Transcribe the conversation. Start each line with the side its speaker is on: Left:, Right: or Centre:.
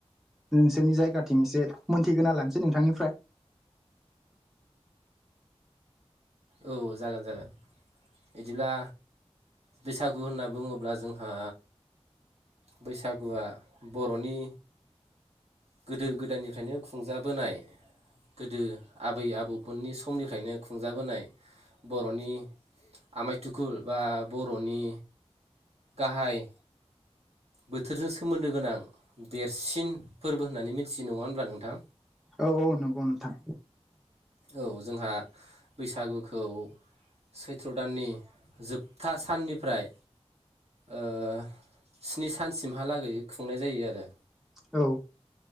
Centre: नोंसोरनि जायगाथिं एसे मोनथिगोना लानोसै नोंथांनिफ्राय
Right: औ जागोन जागोन बिदिब्ला बैसागु होनना बुङोब्ला जोंहा बैसागुआ बर'नि गोदो गोदायनिफ्रायनो खुंजाबोनाय गोदो आबै आबौमोननि समनिफ्रायनो खुंजाबोनाय बर'नि आमाय थुखुल बा बर'नि गाहाय बोथोरजों सोमोन्दो गोनां देरसिन फोरबो होननानै मिथियो नङा होनोमब्ला नोंथां
Centre: औ औ नंगौ नोंथां
Right: औ जोंहा बैसागुखौ सैथ्र' दाननि जोबथा साननिफ्राय ओ स्नि सानसिमहालागै खुंनाय जायो आरो
Centre: औ